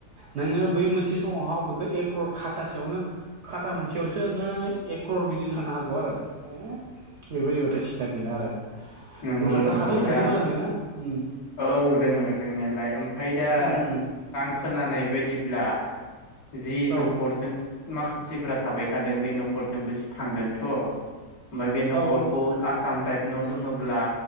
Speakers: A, on the right; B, on the left.
A: नोङो बै मोनसे समावहाव ओ है एक्रर खातासेयावनो खाथा मोनसेयावसो नो- एक क्रर बिदि थांनो हागौ <inaudible> बेबायदिबथाय सिन्था गैला आरो।
B: नंगौ
A: नोंस्राथ'
B: नंगौ
A: हा दोंखायो
B: दा
A: मोजाङैनो। उम
B: औ दोङो दोंनायालाय ओमफ्राय दा
A: उम उम
B: आं खोनानाय बायदि ला जि नखरजों
A: औ
B: माखासेफोरा थाबाय थादों बे नखरजोंबो थांगोनथ'। ओमफ्राय बे नखरखौ
A: औ
B: आसाम टाइप न' दङोब्ला